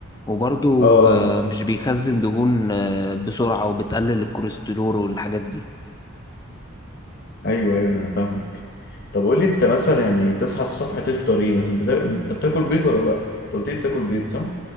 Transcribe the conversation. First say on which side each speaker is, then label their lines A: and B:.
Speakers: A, on the left; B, on the left.
A: وبرضو
B: اه آه،
A: آه، مش بيخزن دهون آه، بسرعة وبتقلل الكوليسترول والحاجات دي
B: ايوه ايوه انا فاهمك طب قول لي انت مثلا يعني تصحى الصبح تفطر ايه مثلا بتا... انت بتاكل بيض ولا لا انت قلت لي بتاكل بيض صح